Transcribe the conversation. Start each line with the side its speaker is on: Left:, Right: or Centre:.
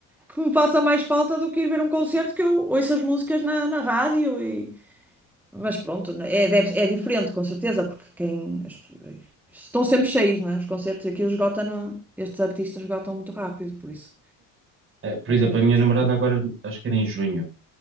Centre: que me faça mais falta do que ir ver um concerto que eu ouço as músicas na, na rádio e... Mas pronto, né, é, deve- é diferente, com certeza, porque quem... as pessoas- Estão sempre cheios, não é? Os concertos aqui eles esgotam, no- estes artistas esgotam muito rápido, por isso
Right: eh, por
Centre: acredito
Right: exemplo, a minha
Centre: que
Right: namorada
Centre: seja.
Right: agora, acho que era em junho.